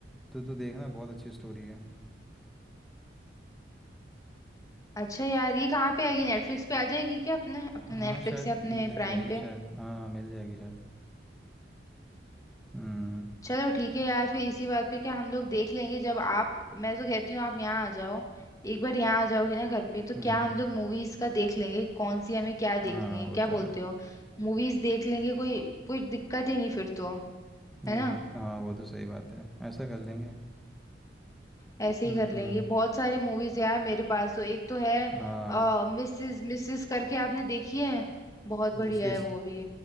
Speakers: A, in the centre; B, on the left.
A: तो तू देखना बहुत अच्छी स्टोरी है
B: अच्छा यार ये कहाँ पे आएगी नेटफ्लिक्स पे आ जाएगी क्या अपने अपने
A: हाँ
B: नेटफ्लिक्स
A: शायद
B: या अपने
A: मिल
B: प्राइम
A: जाएगी
B: पे
A: शायद हाँ मिल जाएगी शायद हम्म
B: चलो ठीक है यार फिर इसी बात पे क्या हम लोग देख लेंगे जब आप मैं तो कहती हूँ आप यहाँ आ जाओ एक बार यहाँ आ जाओगे ना घर पे तो
A: हम्म
B: क्या हम लोग मूवीज का देख लेंगे कौन सी हमें क्या
A: हाँ
B: देखनी है
A: वो
B: क्या
A: तो
B: बोलते
A: है
B: हो मूवीज देख लेंगे कोई कोई दिक्कत ही नहीं फिर तो
A: नहीं
B: है ना
A: वो हाँ वो तो सही बात है ऐसा कर लेंगे
B: ऐसे
A: हम्म
B: ही कर
A: हम्म।
B: लेंगे बहुत सारी मूवीज यार मेरे पास तो एक तो है
A: हाँ
B: आ, मिसेस मिसेस करके आपने देखी है बहुत बढ़िया
A: मिसेस
B: है वो भी